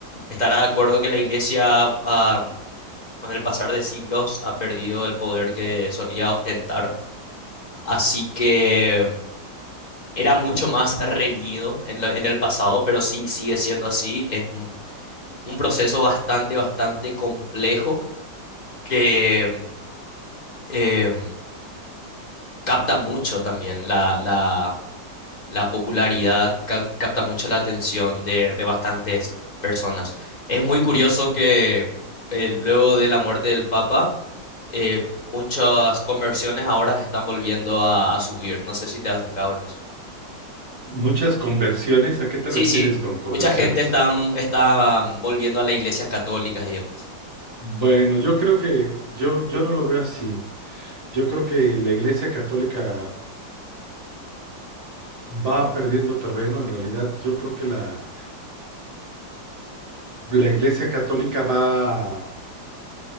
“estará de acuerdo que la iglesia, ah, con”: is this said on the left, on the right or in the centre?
Left